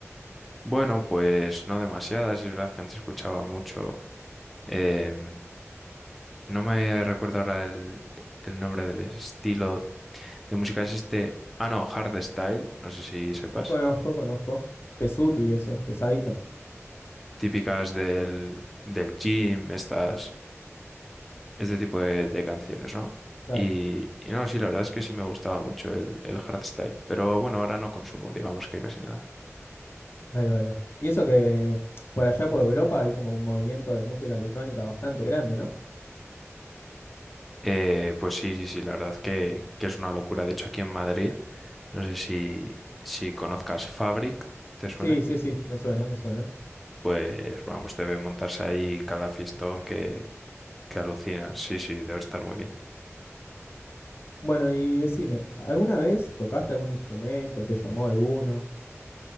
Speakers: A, in the centre; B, on the left (about 50°).
A: Bueno, pues no demasiadas, es verdad que antes escuchaba mucho. Eh, no me recuerdo ahora el, el nombre del estilo de música. Es este. Ah, no, hardstyle. No sé si sepas.
B: Conozco, conozco. Pesuti, eso, pesadito.
A: Típicas del, del gym, estas, este tipo de, de canciones, ¿no?
B: Claro,
A: Y, y no, sí, la verdad es que sí me gustaba mucho el, el hardstyle. Pero bueno, ahora no consumo, digamos que casi nada.
B: ahí va, ahí va. Y eso que por allá por Europa hay como un movimiento de música electrónica bastante grande, ¿no?
A: Eh, pues sí, sí, sí, la verdad que, que es una locura. De hecho, aquí en Madrid, no sé si, si conozcas Fabric, ¿te suene?
B: Sí, sí, sí, me suena, me suena.
A: pues vamos, debe montarse ahí cada fiestón que, que alucinas. Sí, sí, debe estar muy bien.
B: Bueno, y decime, ¿alguna vez tocaste algún instrumento? ¿Te llamó alguno?